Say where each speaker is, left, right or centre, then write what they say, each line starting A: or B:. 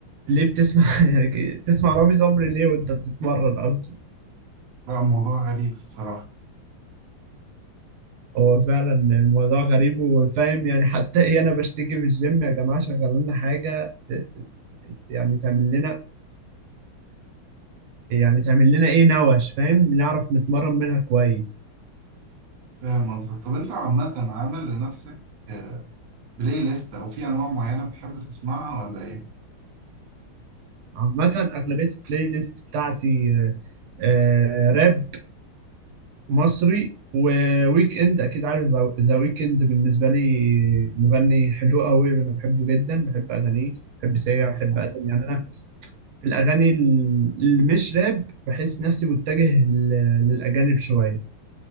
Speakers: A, on the right; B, on the right.
A: ليه بتسمع <laughs> يعني بتسمع رامي صبري ليه وانت بتتمرن اصلا
B: لا الموضوع غريب الصراحه
A: هو فعلا الموضوع غريب وفاهم يعني حتى ايه انا بشتكي في الجيم يا جماعه شغلوا لنا حاجه ت- ت- يعني تعمل لنا يعني تعمل لنا ايه نوش فاهم نعرف نتمرن منها كويس
B: فاهم قصدك طب انت عامه عامل لنفسك آه، بلاي ليست او في انواع معينه بتحب تسمعها ولا ايه
A: عامة أغلبية البلاي ليست بتاعتي آه، آه، راب مصري وويك اند اكيد عارف ذا ذا ويك اند بالنسبه لي مغني حلو قوي انا بحبه جدا بحب اغانيه بحب سيا
B: عارفه
A: بحب ادم يعني انا في الاغاني ال- اللي مش راب بحس نفسي متجه لل- للاجانب شويه